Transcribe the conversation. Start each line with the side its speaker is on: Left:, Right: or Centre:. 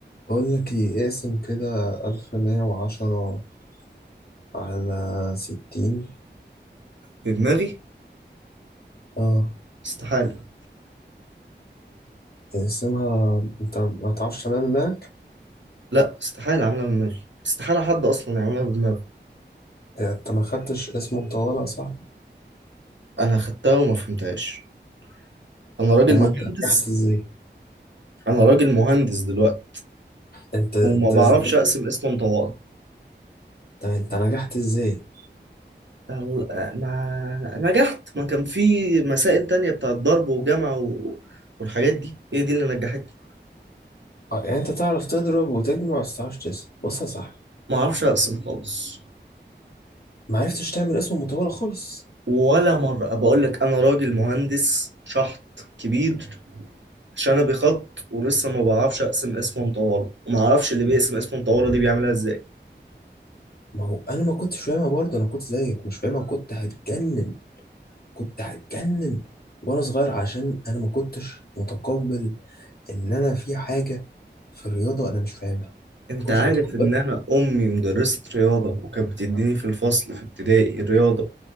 Left: بقول لك ايه اقسم كده ألف مية وعشرة على ستين
Right: بدماغي
Left: اه
Right: استحالة
Left: اقسمها انت ما تعرفش تمام هناك
Right: لا استحالة أعملها بدماغي استحالة حد أصلا يعملها بدماغه
Left: انت ما خدتش اسم مطولة صح
Right: أنا خدتها وما فهمتهاش أنا راجل
Left: امال
Right: مهندس
Left: انت نجحت ازاي
Right: أنا راجل مهندس دلوقتي
Left: انت انت
Right: وما بعرفش
Left: ازاي
Right: أقسم اسم طوارئ
Left: انت انت نجحت ازاي
Right: أو- ما نجحت ما كان في مسائل تانية بتاعت ضرب وجمع و... والحاجات دي هي دي اللي نجحتني
Left: اه يعني انت تعرف تضرب وتجمع بس متعرفش تقسم بص يا صاحبي
Right: ما أعرفش أقسم خالص
Left: ما عرفتش تعمل اسم مطولة خالص
Right: ولا مرة بقول لك أنا راجل مهندس شحط كبير شنبي خط ولسه ما بعرفش اقسم اسم مطوله وما اعرفش اللي بيقسم اسم مطوله دي بيعملها ازاي
Left: ما هو انا ما كنتش فاهمها برضه انا كنت زيك مش فاهمها كنت هتجنن كنت هتجنن وانا صغير عشان انا ما كنتش متقبل ان انا في حاجه في الرياضه انا مش فاهمها
Right: انت
Left: ما كنتش
Right: عارف
Left: متقبلها
Right: ان انا امي مدرسه رياضه وكانت بتديني في الفصل في ابتدائي رياضه